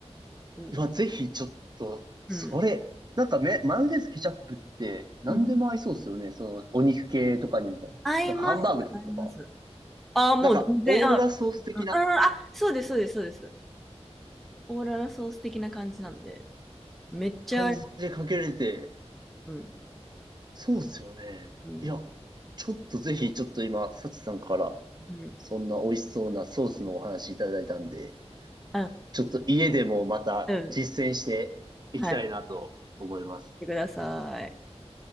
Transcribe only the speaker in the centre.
うん。
うん。
うん
合います。
合います。ああ、もう全然、
あ、うん、うんあ、そうです、そうです、そうです。オーララソース的な感じなんで、めっちゃ合います、
うん、
うん、
うん。
うん。
うん。はい。してください。